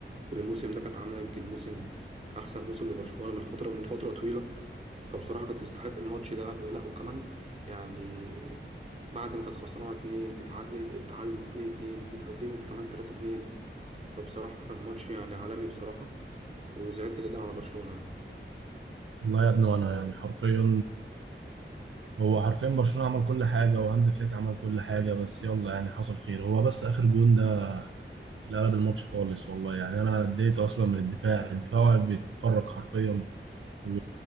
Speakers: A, on the right (about 30°); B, on the right (about 70°).
A: والموسم ده كانت عاملة يمكن موسم احسن موسم لبرشلونة من فترة من فترة طويلة فبصراحة كانت تستحق الماتش ده لا وكمان يعني بعد ما كانت خسرانة اتنين اتعادلت اتعادلت اتنين اتنين واتقدمت كمان تلاتة اتنين فبصراحة كان ماتش يعني عالمي بصراحة وزعلت جدا على برشلونة يعني
B: والله يا ابني وانا يعني حرفيا هو حرفيا برشلونة عمل كل حاجة وهانز فليك عمل كل حاجة بس يلا يعني حصل خير هو بس آخر جون ده اللي قلب الماتش خالص والله يعني انا اديت اصلا من الدفاع الدفاع واقف بيتفرج حرفيا و...